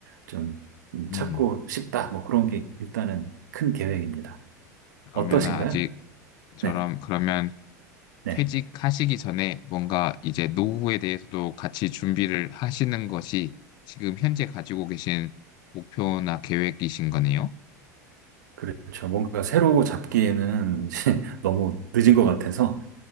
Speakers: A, on the right; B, on the left.
A: 좀
B: 음.
A: 찾고 싶다. 뭐 그런 게 일단은 큰 계획입니다.
B: 그러면은
A: 어떠신가요?
B: 아직 저럼
A: 네,
B: 그러면
A: 네.
B: 퇴직하시기 전에 뭔가 이제 노후에 대해서도 같이 준비를 하시는 것이 지금 현재 가지고 계신 목표나 계획이신 거네요?
A: 그렇죠. 뭔가 새로 잡기에는 이제 <laughs> 너무 늦은 것 같아서